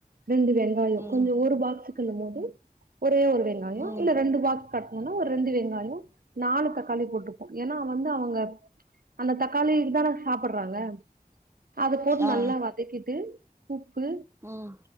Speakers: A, on the right; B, on the right.
A: ரெண்டு வெங் காயோ
B: ம்
A: கொஞ்ச ஒரு பாக்ஸ்க்குனும் போது ஒரே ஒரு வெங்காயோ
B: ம்
A: இல்ல
B: ம்
A: ரெண்டு பாக்ஸ் கட்ணுனா ஒரு ரெண்டு வெங்காயோ நாலு தக்காளி போட்டுப்போ ஏன்னா வந்து அவுங்க அந்த தக்காளிக்கு தான சாப்பர்றாங்க அது போட்டு
B: ஆ
A: நல்லா வத க்கிட்டு உப்பு
B: ம்